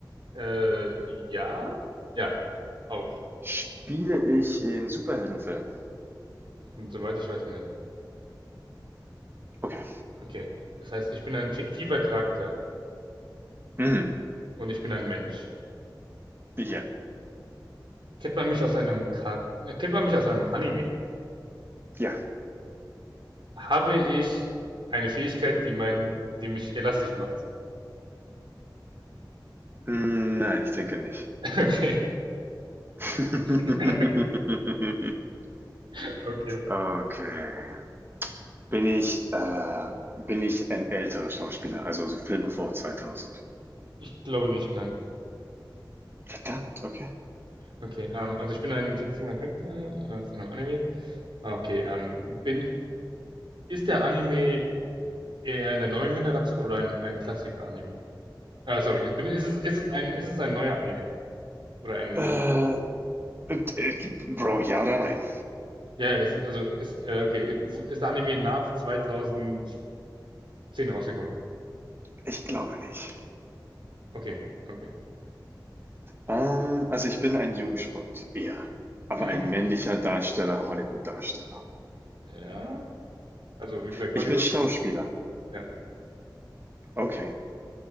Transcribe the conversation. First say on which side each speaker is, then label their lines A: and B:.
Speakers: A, on the right (about 85°); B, on the right (about 30°).
A: Äh, ja? Ja. Auch.
B: Spiele ich in Superheldenfilmen?
A: Hm, Soweit ich weiß, nein.
B: Okay.
A: Okay. Das heißt, ich bin ein fiktiver Charakter
B: Hm.
A: und ich bin ein Mensch.
B: Ja.
A: Kennt man mich aus einem Ka kennt man mich aus einem Anime?
B: Ja.
A: Habe ich eine Fähigkeit, die mein, die mich elastisch macht?
B: Hm, Nein, ich denke nicht.
A: <laughs> Okay.
B: <laughs>
A: Okay. <laughs> Okay.
B: Okay. Bin ich, äh, bin ich ein älterer Schauspieler, also so Filme vor 2000?
A: Ich glaube nicht, nein.
B: Verdammt, okay.
A: Okay, ähm, also ich bin ein fiktiver Charakter aus einem Anime. Ah, Okay, ähm, bin, ist der Anime eher in der neuen Generation oder ein, ein Klassiker-Anime? Ah, sorry, ist, bin, ist es, ist es ein, ist es ein neuer Anime? Oder ein,
B: Äh, äh, Bro, ja oder nein?
A: ja, ja, ist es, also, ist, äh, okay, wo- ist der Anime nach zweitausendzehn rausgekommen?
B: Ich glaube nicht.
A: Okay, okay.
B: Ähm, also ich bin ein Jungspund, eher. Aber
A: Hm,
B: ein männlicher Darsteller, Hollywood-Darsteller.
A: ja, also, wie gesagt,
B: Ich
A: Hollywood,
B: bin Schauspieler.
A: ja,
B: Okay.